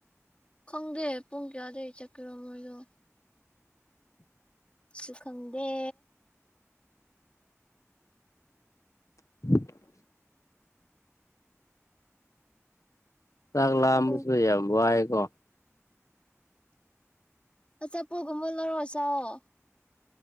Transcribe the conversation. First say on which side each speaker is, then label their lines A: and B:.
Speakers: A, on the left; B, on the left.
A: ꯈꯪꯗꯦ ꯄꯨꯡ ꯀꯌꯥꯗꯒꯤꯩ ꯆꯠꯀꯔꯣ ꯃꯣꯏꯗꯣ ꯁꯨ ꯈꯪꯗꯦ
B: ꯎ <inaudible> ꯆ ꯂꯥꯑꯁꯨ
A: ꯎꯝ
B: ꯌꯥꯑꯕꯥꯏꯀꯣ
A: ꯑꯆꯥꯄꯣꯒꯨꯝ ꯃꯜꯅꯔꯣꯆꯥꯣ